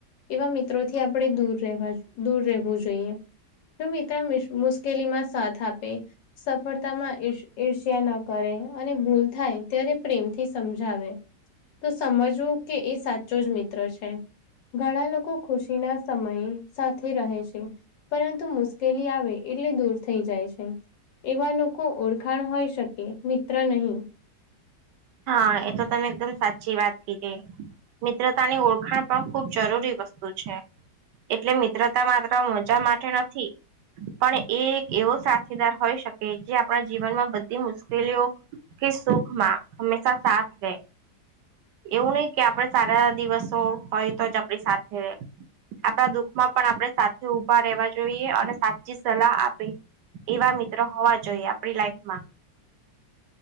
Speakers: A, on the left; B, on the right.
A: એવા મિત્રોથી આપણે દૂર રહેવા દૂર રહેવું જોઈએ. જો મિત્ર મિસ મુશ્કેલી માં સાથ આપે સફળતા માં ઇર્ષ્ ઈર્ષ્યા ન કરે અને ભૂલ થાય ત્યારે પ્રેમથી સમજાવે. તો સમજવું કે એ સાચો જ મિત્ર છે. ઘણા લોકો ખુશી ના સમય સાથે રહે છે પરંતુ મુશ્કેલી આવે એટલે દૂર થઈ જાય છે. એવા લોકો ઓળખાણ હોય શકે મિત્ર નહીં.
B: હા એ તો તમે એકદમ સાચી વાત કીધી મિત્રતાની ઓળખાણ પણ ખુબ જરૂરી વસ્તુ છે. એટલે મિત્રતા માત્ર મજા માટે નથી. પણ એ એક એવો સાથીદાર હોય શકે જે આપણા જીવનમાં બધી મુશ્કેલીઓ કે સુખ માં હમેશા સાથ રહેે. એવું નહિ કે આપડ સારા દિવસો હોય તો જ આપણી સાથે આપણા દુઃખમાં પણ આપણે સાથે ઉભા રહેવા જોઈએ અને સાચી સલાહ આપે. એવા મિત્રો હોવા જોઈએ આપડી લાઈફમાં.